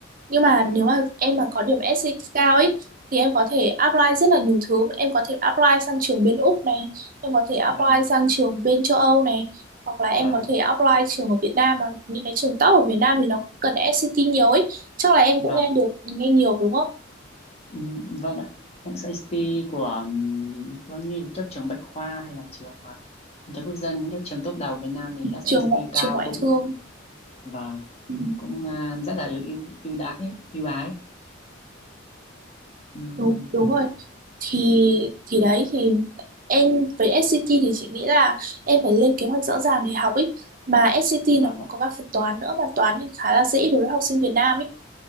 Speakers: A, on the right (about 45°); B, on the left (about 30°).
A: nhưng mà nếu mà em mà có điểm SAT cao ấy thì em có thể apply rất là nhiều thứ em có thể apply sang trường bên Úc này em có thể apply
B: Vâng,
A: sang trường bên châu Âu này hoặc là em
B: vâng,
A: có
B: ạ.
A: thể apply trường ở Việt Nam mà những cái trường top ở Việt Nam thì nó cũng cần SAT nhiều ấy chắc là em
B: vâng.
A: cũng nghe được nghe nhiều đúng không
B: Ừ, Vâng ạ. Hiện SAT của ừm, vâng như các trường Bách Khoa hay là trường à, kinh tế quốc dân những các trường top đầu Việt Nam thì SAT
A: trường ngoại
B: cao
A: trường ngoại
B: cũng
A: thương
B: và
A: ừ,
B: cũng à, rất là ưu ưu ưu đãi ưu ái Ừm,
A: đúng đúng rồi thì thì đấy thì em với SCT thì chị nghĩ là em phải lên kế hoạch rõ ràng để học ấy mà SCT
B: vâng
A: nó cũng
B: ạ
A: có các phần toán nữa mà toán thì khá là dễ đối với học sinh Việt Nam ấy